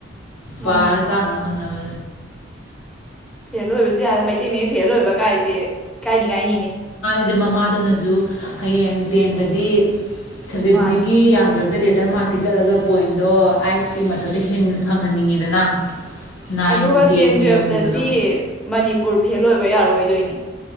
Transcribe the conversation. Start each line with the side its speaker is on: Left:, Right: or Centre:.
Centre: ꯃꯥꯅꯦ
Left: ꯄꯥꯔ ꯇꯥꯛꯅꯕ ꯍꯣꯠꯅꯕꯗ
Centre: ꯐꯦꯜ ꯑꯣꯏꯕꯖꯨ ꯌꯥꯔ ꯃꯩꯇꯩ ꯃꯌꯦꯛ ꯐꯦꯜ ꯑꯣꯏꯕ ꯒꯥꯏꯖꯦ ꯏꯀꯥꯏꯅꯤ ꯉꯥꯏꯅꯤꯅꯦ
Left: ꯗꯩ ꯃꯃꯥꯗꯨꯅꯖꯨ ꯍꯌꯦꯡ ꯇꯦꯟꯗꯗꯤ ꯁꯕꯖꯦꯛ
Centre: ꯃꯥꯅꯦ
Left: ꯈꯨꯗꯤꯡꯒꯤ ꯌꯥꯝꯗ꯭ꯔꯕꯗ ꯂꯦ ꯇꯔ ꯃꯥꯛꯇꯤ ꯆꯠꯂꯒ ꯄꯣꯏꯟꯗꯣ ꯑꯥꯏꯠ ꯀꯤ ꯃꯊꯛꯇ ꯍꯦꯟꯅ ꯐꯪꯍꯟꯅꯤꯡꯉꯤꯗꯅ ꯅꯥꯏꯟ
Centre: ꯑꯗꯨꯒ
Left: ꯇꯦꯟꯒ
Centre: ꯇꯦꯟ ꯇꯨꯌꯦꯞꯇꯗꯤ
Left: ꯌꯧꯅꯤꯡꯕꯗꯣ
Centre: ꯃꯅꯤꯄꯨꯔ ꯐꯦꯜ ꯑꯣꯏꯕ ꯌꯥꯔꯣꯏꯗꯣꯏꯅꯦ